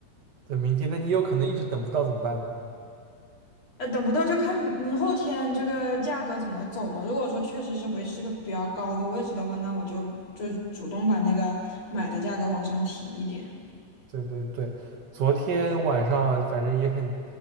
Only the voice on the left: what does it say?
呃，等不到就看明后天这个价格怎么走嘛。如果说确实是维持这个比较高的位置的话，那我就就主动把那个买的价格往上提一点。